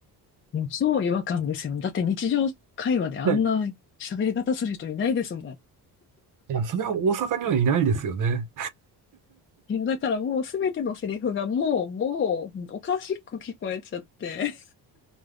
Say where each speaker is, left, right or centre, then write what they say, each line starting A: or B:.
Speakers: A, on the left; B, on the right.
A: う。もう超違和感ですよ。だって日常会話であんな喋り方する人いないですもん。
B: ね、いや、それは大阪にはいないですよね。
A: いや、だからもうすべてのセリフがもう、もう、おかしく聞こえちゃって。